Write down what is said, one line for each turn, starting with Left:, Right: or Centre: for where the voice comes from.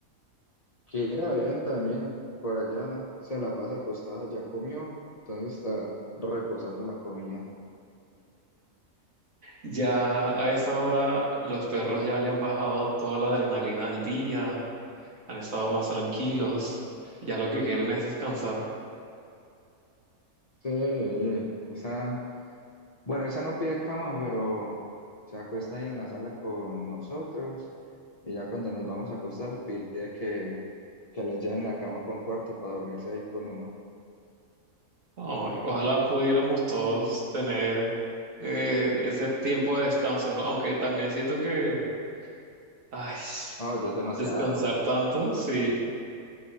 Left: Kira bien también. Por allá se la pasa acostada, ya comió, entonces está reposando la comida.
Right: Ya a esta hora los perros ya le han bajado toda la adrenalina del día, han estado más tranquilos. Ya lo que quieren es descansar.
Left: Sí, esa, bueno, esa no pide cama, pero se acuesta ahí en la sala con nosotros y ya cuando nos vamos a acostar pide que, que le lleven la cama para un cuarto para dormirse ahí con uno.
Right: Ay, ojalá pudiéramos todos tener eh, ese tiempo de descanso, ¿no? Aunque también siento que, ay,
Left: Oh, ya es demasiado,
Right: descansar tanto, sí.